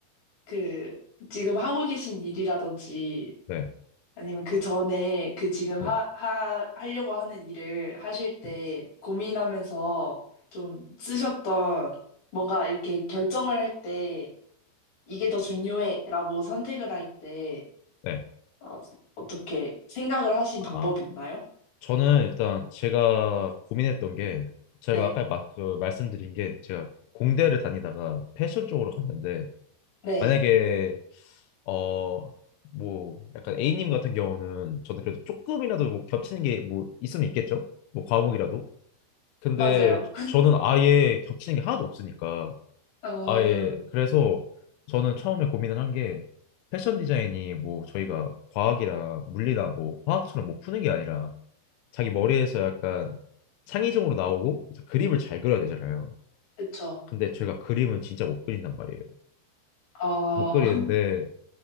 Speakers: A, on the left (about 45°); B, on the left (about 80°).
A: 그, 지금 하고 계신 일이라든지,
B: 네,
A: 아니면 그 전에 그 지금
B: 네,
A: 하, 하, 하려고 하는 일을 하실 때
B: 네.
A: 고민하면서 좀 쓰셨던 뭔가 이렇게 결정을 할 때, 이게 더 중요해 라고 선택을 할 때,
B: 네.
A: 어, 어떻게 생각을 하신
B: 아,
A: 방법이
B: 아.
A: 있나요?
B: 저는 일단 제가 고민했던 게 제가
A: 네,
B: 아까 막, 그 말씀드린 게 제가 공대를 다니다가 패션 쪽으로 갔는데
A: 네,
B: 만약에 어 뭐 약간 A님 같은 경우는 저는 그래도 조금이라도 뭐 겹치는 게 뭐 있으면 있겠죠? 뭐 과목이라도. 근데
A: 맞아요.
B: 저는 아예 겹치는 게 하나도 없으니까
A: 어,
B: 아예 그래서 저는 처음에 고민을 한 게 패션 디자인이 뭐 저희가 과학이나 물리나 뭐 화학처럼 뭐 푸는 게 아니라 자기 머리에서 약간 창의적으로 나오고 이제 그림을 잘 그려야 되잖아요.
A: 그쵸.
B: 근데 제가 그림은 진짜 못 그린단 말이에요.
A: 어,
B: 못 그리는데
A: <laughs>